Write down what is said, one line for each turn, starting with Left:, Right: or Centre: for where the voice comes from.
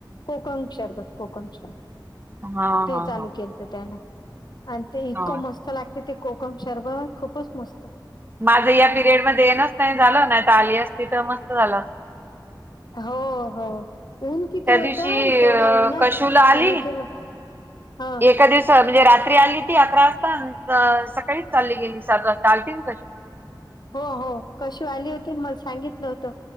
Left: कोकण शरबत कोकण शरबत
Right: हा
Left: ते
Right: हा
Left: चालू
Right: हा
Left: केल तर त्यांना आणि ते इतकं
Right: हा
Left: मस्त लागते ते कोकम शरबत खूपच मस्त
Right: माझं या पिरियडमध्येध्ये येनच नाही झालं नाही आ आली असती तर मस्त झालं अस.
Left: हो हो. ऊन किती
Right: त्या
Left: होतं
Right: दिवशी
Left: तेवढ्या
Right: अ
Left: उन्हात
Right: कशुला आली
Left: त्यानं केलं हा
Right: एका दिवसात. म्हणजे रात्री आली ती अकरा वाजता, अं सकाळीच चालली गेली. सात वाजता आलतीन कश
Left: हो हो कशी आली होती मला सांगितलं होतं